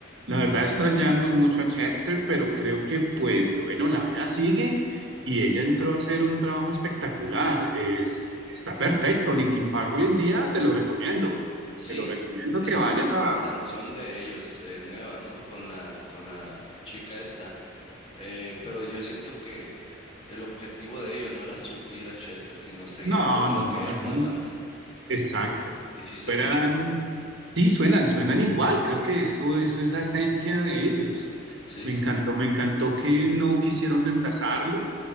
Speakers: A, on the right; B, on the left.
A: La verdad extrañamos mucho a Chester, pero creo que pues lo bueno, la vida sigue y
B: Sí.
A: ella entró a hacer un trabajo espectacular. Es, está perfecto. Linkin Park hoy en día te lo recomiendo.
B: Sí,
A: Te lo recomiendo
B: he
A: que
B: escuchado
A: vayas a...
B: una canción de ellos, eh, nueva, ¿no? Con la, con la chica esta. Eh, pero yo siento que el objetivo de ellos no era suplir a Chester, sino seguir
A: No,
B: con
A: no,
B: lo que es
A: no.
B: la banda.
A: Exacto.
B: Y sí se
A: Fueran
B: nota.
A: Sí, suenan, suenan igual, creo que eso, eso es la esencia de ellos.
B: Sí,
A: Me
B: sí.
A: encantó, me encantó que no quisieron reemplazarlo